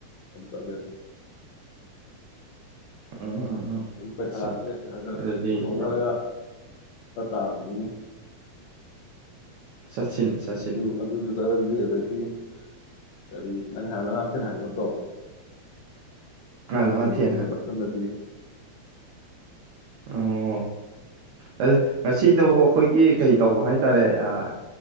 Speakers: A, on the left; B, on the right.
A: ꯑꯗꯨꯝ ꯆꯠꯂꯦ꯫
B: ꯎꯝ ꯎꯝ
A: ꯑꯗꯨꯝ ꯄꯩꯁꯥꯁꯦ
B: ꯑꯆꯥ
A: ꯈꯒ
B: ꯑꯗꯨꯗꯤ
A: ꯄꯨꯊꯣꯛꯅꯔꯒ
B: ꯌꯥꯝ
A: ꯆꯠꯇꯥꯕꯅꯤꯅꯦ꯫
B: ꯆꯠꯁꯤꯅꯦ ꯆꯠꯁꯤꯅꯦ
A: ꯑꯗꯨ ꯑꯗꯨꯗꯨ ꯆꯠꯔꯅꯤ ꯑꯗꯨꯗꯒꯤ꯫ ꯀꯔꯤ ꯅꯪ ꯍꯥꯏꯅ ꯉꯇꯅ ꯍꯥꯏꯅꯠꯇꯣ
B: ꯉꯥ
A: ꯅꯠꯇꯦꯡꯒꯤꯗꯨꯁꯨ
B: ꯂꯥꯡꯉꯊꯦꯟ ꯍꯥꯏꯕ
A: ꯆꯥꯁꯤꯜꯂꯁꯤꯦ
B: ꯑꯣ ꯑꯗꯨ ꯉꯁꯤꯗꯣ ꯑꯩꯈꯣꯏꯒꯤ ꯀꯩ ꯇꯧꯕ ꯍꯥꯏꯇꯥꯔꯦ ꯑꯥ